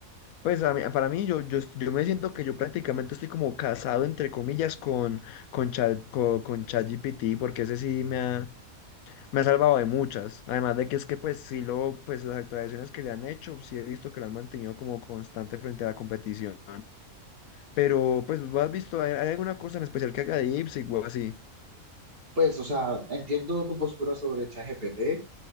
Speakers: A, on the left (about 80°); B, on the right (about 40°).
A: Pues a mí- para mí yo, yo, yo me siento que yo prácticamente estoy como casado entre comillas con, con, Chat, con, con ChatGPT porque ese sí me ha, me ha salvado de muchas. Además de que es que pues sí lo, pues las actualizaciones que le han hecho, sí he visto que lo han mantenido como constante frente a la competición. Pero, pues, ¿lo ¿has visto? ¿Hay, hay alguna cosa en especial que haga de Ipswich o así?
B: Pues, o sea, entiendo tu postura sobre ChatGPT